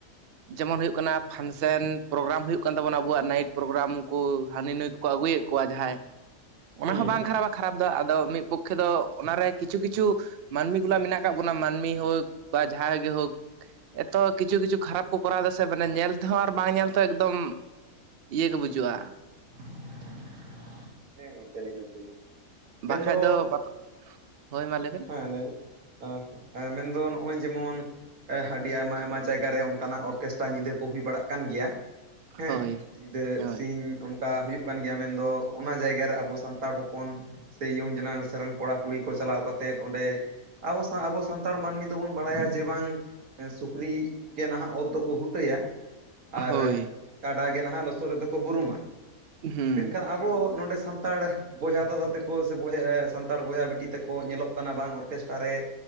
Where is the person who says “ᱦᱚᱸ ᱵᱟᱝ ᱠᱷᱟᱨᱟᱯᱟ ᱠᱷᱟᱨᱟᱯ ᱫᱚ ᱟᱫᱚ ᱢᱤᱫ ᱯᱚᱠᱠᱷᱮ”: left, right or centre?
Right